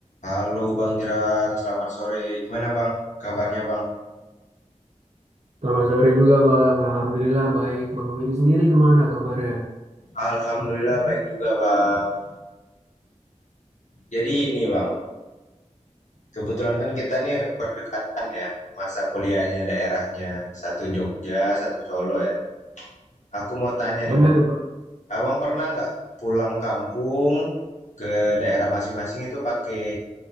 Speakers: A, on the left; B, on the right.
A: Halo Bang Jeran, selamat sore. Gimana Bang? Kabarnya Bang?
B: Selamat sore juga Bang. Alhamdulillah baik. Bang Willy sendiri gimana kabarnya?
A: Alhamdulillah baik juga Bang. Jadi ini Bang, kebetulan kan kita nih berdekatan ya masa kuliahnya daerahnya. Satu Jogja, satu Solo ya. Aku mau tanya nih
B: Benar
A: Bang,
B: Bang.
A: Abang pernah nggak pulang kampung ke daerah masing-masing itu pakai